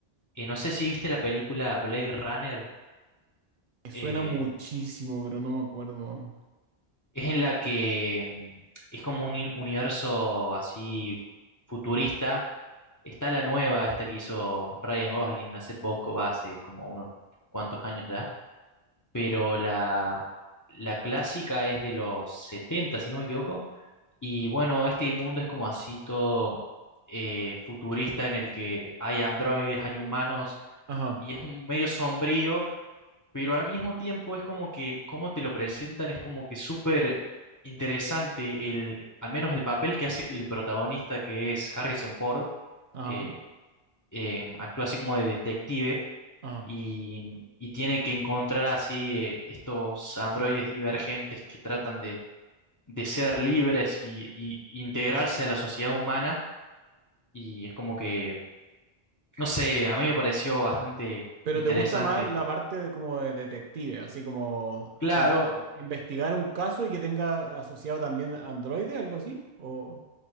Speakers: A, on the left (about 25°); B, on the right (about 60°).
A: eh, no sé si viste la película Blade Runner.
B: Me suena
A: em,
B: muchísimo, pero no me acuerdo.
A: es en la que em, es como un i- universo así futurista. Está la nueva, esta que hizo Ryan Gosling hace poco, va hace como unos cuantos años ya pero la, la clásica es de los 70, si no me equivoco. Y bueno, este mundo es como así todo eh, futurista en el que hay androides, hay humanos
B: Ajá,
A: y es un medio sombrío, pero al mismo tiempo es como que, como te lo presentan, es como que súper interesante el, al menos el papel que hace el protagonista que es Harrison Ford.
B: ajá,
A: eh, eh, actúa así como de detective
B: ajá.
A: y, y tiene que encontrar así eh, estos androides divergentes que tratan de, de ser libres y, y integrarse a la sociedad humana. Y es como que, no sé, a mí me pareció bastante
B: Pero
A: interesante.
B: te gusta más la parte de como de detective, así como
A: Claro,
B: tratar de investigar un caso y que tenga asociado también Android, algo así, o